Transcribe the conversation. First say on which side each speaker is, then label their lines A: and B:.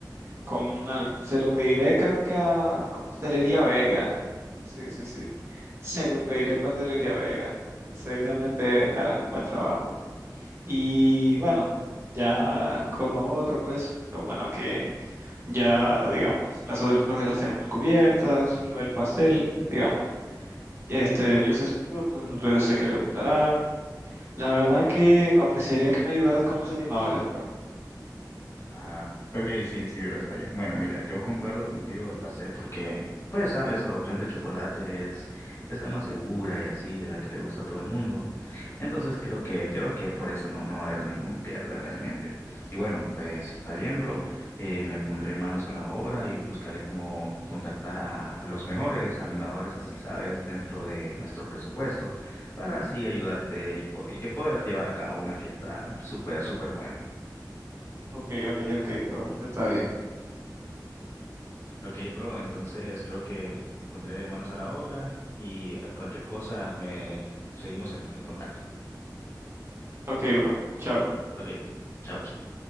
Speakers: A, on the right; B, on the left.
A: Con al- se lo pediré creo que a, a Pastelería Vega. Sí, sí, sí. <laughs> Se lo pediré a Pastelería Vega. Seguramente harán un buen trabajo. Y bueno, ya con lo otro, pues, lo bueno que ya, digamos, las otras partes las tenemos cubiertas, lo del pastel, digamos. Este, yo sé sus gustos, entonces sé que le gustará. La verdad que apreciaría que me ayudaras con los animadores, bro.
B: Ah, ok, sí, sí, bro, está bien. Bueno, mira, yo concuerdo contigo el pastel porque, pues, sabes, la opción de chocolate es, es la más segura y así, es la que le gusta a todo el mundo. Entonces creo que, creo que por eso no, no va a haber ningún pierde realmente. Y bueno, pues está bien, bro. Eh, me pondré manos a la obra y buscaré cómo contactar a, a los mejores animadores, así sabes, dentro de nuestro presupuesto, para así ayudarte y, po- y que poder llevar a cabo una fiesta súper, súper buena.
A: Ok, ok, ok, bro. Está bien.
B: Ok, bro, entonces creo que pondré manos a la obra y cualquier cosa me seguimos en, en contacto.
A: Ok, bro. Chao.
B: Ok, bro. Chao, chao.